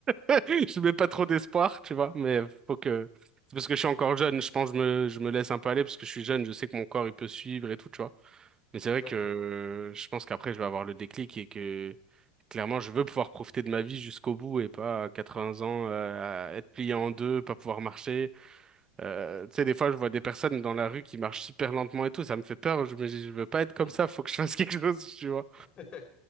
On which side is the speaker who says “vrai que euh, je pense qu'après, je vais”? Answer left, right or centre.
Right